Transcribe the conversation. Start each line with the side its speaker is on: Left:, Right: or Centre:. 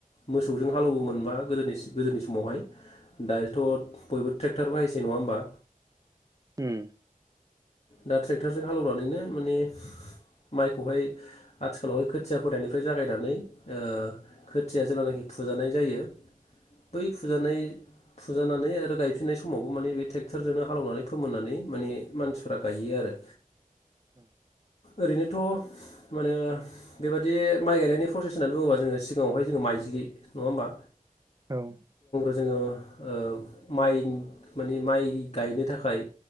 Left: मोसौजों हालौवोमोनबा गोदोनिसि गोदोनि समावहाय दायोथ' बयबो ट्रेक्टर बाहायसै नङा होमबा
Right: उम
Left: दा ट्रेक्टरजों हालेवनानैनो माने माइखौहाय आथिखालावहाय खोथिया फनिफ्राय जागायनानै ओ खोथिया जेब्लानाखि फुजानाय जायो बै फुजानाय फुजा नानै आरो गायफिननाय समावबो माने थेट्ररटनो हालनानै फोननानै माने इमान फ्रा गायो आरो
Right: औव
Left: ओरैनोथ' मानो बेबाददि माइ गायनायनि प्रसेस होननानै बुङोबा जोङो सिगाङावहाय जोङो माइ फाइजलि नङ होनबा।
Right: औव
Left: जोङो ओ माइ माने माइ गायनो थाखाय